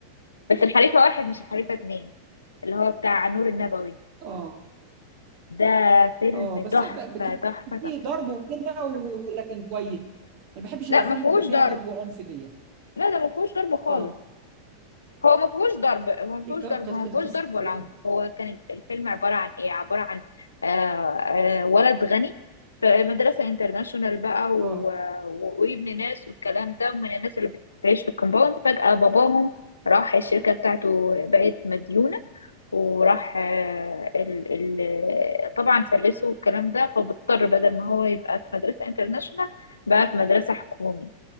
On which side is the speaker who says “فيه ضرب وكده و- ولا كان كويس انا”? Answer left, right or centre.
Right